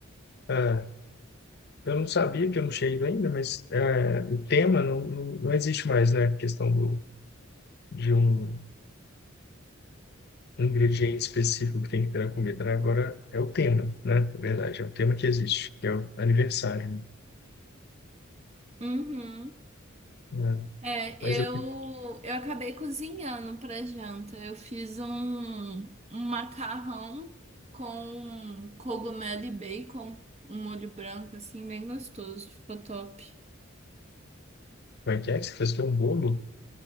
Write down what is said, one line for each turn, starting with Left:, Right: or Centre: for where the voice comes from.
Left: Ah, eu não sabia que eu não tinha ido ainda, mas é, o tema não, não, não existe mais, né? A questão do, de um ingrediente específico que tem que ter na comida, né? Agora é o tema, né? Na verdade, é o tema que existe, que é o aniversário,
Right: Uhum.
Left: né?
Right: É,
Left: Mas
Right: eu,
Left: eu... Como
Right: eu acabei cozinhando para janta. Eu fiz um, um macarrão com cogumelo e bacon, um molho branco, assim, bem gostoso. Ficou top.
Left: é que é? que Você fez que é um bolo?